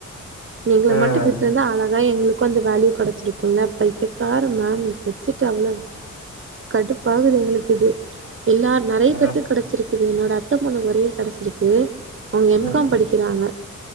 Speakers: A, on the right (about 40°); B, on the left (about 45°).
A: எங்கள
B: ம்
A: மட்டு விட்டு இருந்தா அழகா எங்களுக்கும் அந்த வேல்யூ கெடைச்சிருக்குல்ல பைத்தியக்கார மேமு வச்சிட்டு அவ்ளவு கடுப்பாகுது எங்களுக்கு இது எல்லா நெறைய
B: ம்
A: பேத்துக்கு கெடச்சிருக்கு என்னோட அத்த பொண்ணுக்கு வேற கெடச்சிருக்கு அவுங்க எம்
B: ம்
A: காம் படிக்கிறாங்க